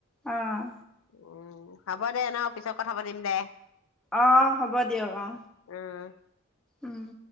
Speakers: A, in the centre; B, on the left (about 70°).
A: অঁ।
B: উম হ'ব দে ন পিছত কথা পাতিম দে,
A: অ হ'ব দিয়ক অ
B: উম
A: উম।